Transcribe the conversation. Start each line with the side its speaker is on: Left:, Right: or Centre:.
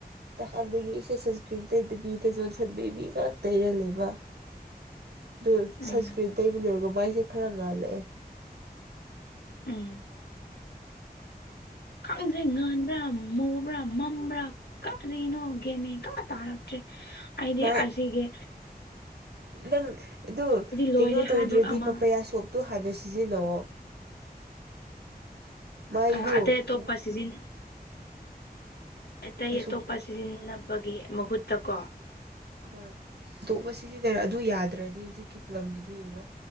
Right: ꯀꯥꯟꯗꯒꯤꯦ ꯁꯟꯁꯀ꯭ꯔꯤꯟ ꯇꯩꯗꯕꯤꯗ ꯖꯣꯟꯁꯟ ꯕꯦꯕꯤꯒ ꯇꯩꯔ ꯂꯩꯦꯕ <inaudible> ꯑꯗꯨ ꯁꯟꯁꯀ꯭ꯔꯤꯟ
Left: ꯎꯝ
Right: ꯇꯩꯕ ꯂꯣꯏꯔꯒ ꯃꯥꯏꯁꯦ ꯈꯔ ꯉꯥꯜꯂꯛꯑꯦ
Left: ꯎꯝ ꯈꯪꯗ꯭ꯔꯦ ꯉꯥꯟꯕ꯭ꯔꯥ ꯃꯕ꯭ꯔꯥ ꯃꯝꯕ꯭ꯔꯥ ꯀꯔꯤꯅꯣ ꯒꯦꯃꯦ ꯀꯥ ꯇꯥꯔ ꯭ꯔꯦ ꯑꯩꯗꯤ
Right: ꯃꯥꯏ
Left: ꯑꯁꯤꯒꯤꯒ
Right: ꯅꯪ ꯑꯗꯨ
Left: ꯂꯣꯏꯔꯦ
Right: ꯀꯩꯅꯣ ꯇꯧꯗ꯭ꯔꯗꯤ
Left: ꯍꯥꯏꯕ ꯑꯃ
Right: ꯄꯄꯌꯥ ꯁꯣꯞꯇꯣ ꯍꯥꯟꯅ ꯁꯤꯖꯤꯟꯅꯑꯣ ꯃꯥꯏꯗꯣ
Left: ꯑꯥ ꯑꯇꯩ
Right: ꯄꯄꯌꯥ
Left: ꯑꯇꯣꯞꯄ ꯁꯤꯖꯤꯟ ꯑꯇꯩ ꯑꯇꯣꯞꯄ
Right: ꯁꯣꯞꯇꯣ ꯅꯣꯡꯃꯗ
Left: ꯁꯤꯖꯤꯟꯅꯕꯒꯤ ꯃꯍꯨꯠꯇ ꯀꯣ
Right: ꯍꯣꯏ ꯑꯇꯣꯞꯄ ꯁꯤꯖꯤꯟꯅꯔꯦ ꯑꯗꯨ ꯌꯥꯗ꯭ꯔꯗꯤ ꯍꯧꯖꯤꯛꯀꯤ ꯄꯂꯝꯒꯤꯗꯨ ꯌꯦꯡꯉꯣ